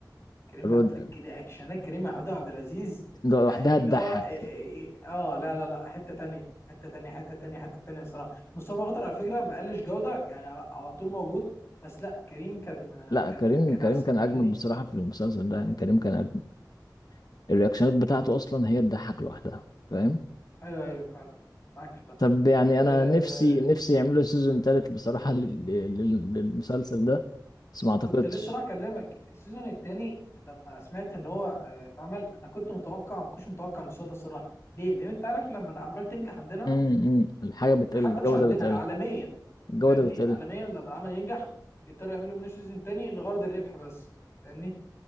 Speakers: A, on the left; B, on the left.
A: كريم
B: الواد
A: عبد- كده اكشنات كريم محمود عبد العزيز
B: لوحدها
A: يعني اللي
B: تضحك
A: هو إيه، إيه، اه لا لا لا حته تانية حته تانية حته تانية حته تانية الصراحه مصطفى خاطر على فكره ما قلش جوده يعني على, على طول موجود بس لا كريم كان
B: لا
A: كان
B: كريم
A: كان
B: كريم
A: احسن
B: كان اجمد
A: فاهمني
B: بصراحه في المسلسل ده يعني كريم كان اجمد الرياكشنات بتاعته اصلا هي تضحك لوحدها فاهم
A: ايوه ايوه فعلا معاك في ده
B: طب يعني
A: آه
B: انا نفسي نفسي يعملوا سيزون تالت بصراحة لل- لل- للمسلسل ده بس ما اعتقدش
A: كنت لسه راح اكلمك السيزون الثاني لما سمعت ان هو آه، اتعمل انا كنت متوقع ما كنتش متوقع من الصوت الصراحه ليه لان انت عارف لما الاعمال تنجح عندنا
B: امم الحاجة بتقل
A: حتى
B: الجودة
A: مش عندنا
B: بتقل
A: عالميا
B: الجودة
A: فاهمني
B: بتقل
A: عالميا لما العمل ينجح بيضطروا يعملوا منه سيزون تاني لغرض الربح بس فاهمني